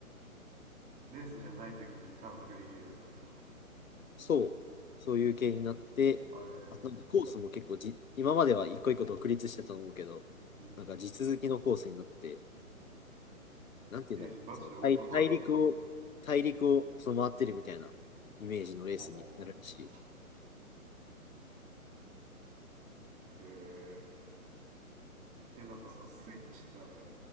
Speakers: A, on the right; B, on the left.
A: レースじゃない時に探索できるようになるってこと
B: そう、そういう系になって、
A: あえー
B: あなんかコースも結構じ、今までは一個一個独立してたと思うけど、
A: うん、
B: なんか地続きのコースになって、なんて言うんだろうな、
A: えーじゃあガチでオープンワールドみたいな
B: その大、大陸を、大陸をその回ってるみたいなイメージのレースになるらしい。
A: ほうほうほうほうへえー、えなんかさスイッチってあれ